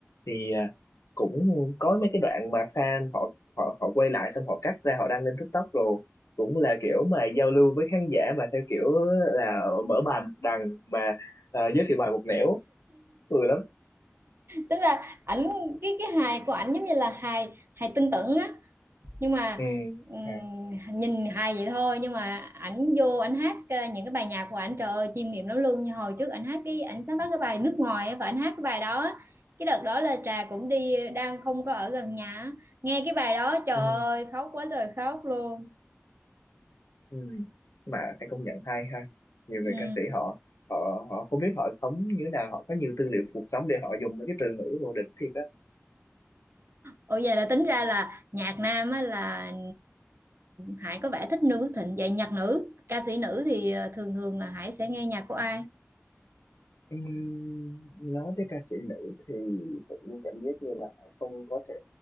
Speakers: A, on the left; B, on the right.
A: thì à, cũng có mấy cái đoạn mà fan họ họ họ quay lại xong họ cắt ra họ đăng lên TikTok rồi cũng là kiểu mà giao lưu với khán giả mà theo kiểu là mở bài một đằng mà à, giới thiệu bài một nẻo cười lắm
B: tức là ảnh cái cái hài của ảnh giống như là hài hài tưng tửng á nhưng mà
A: ừ.
B: ừm,
A: À,
B: nhìn hài vậy thôi nhưng mà ảnh vô ảnh hát ờ, những cái bài nhạc của ảnh trời ơi chiêm nghiệm lắm luôn như hồi trước ảnh hát cái ảnh sáng tác cái bài nước ngoài á, và ảnh hát cái bài đó á. cái đợt đó là trà cũng đi đang không có ở gần nhà á. nghe cái bài đó trời
A: ừ.
B: ơi khóc quá trời khóc luôn
A: Ừ. mà phải công nhận hay ha nhiều
B: ừ
A: người ca sĩ họ họ họ không biết họ sống như thế nào họ có nhiều tư liệu cuộc sống để họ dùng mấy cái từ ngữ đồ đỉnh thiệt á
B: Ủa vậy là tính ra là nhạc nam á là Hải có vẻ thích Noo Phước Thịnh Vậy nhạc nữ, ca sĩ nữ thì ờ, thường thường là Hải sẽ nghe nhạc của ai?
A: Ừm, nói tới ca sĩ nữ thì tự nhiên cảm giác như là không có thể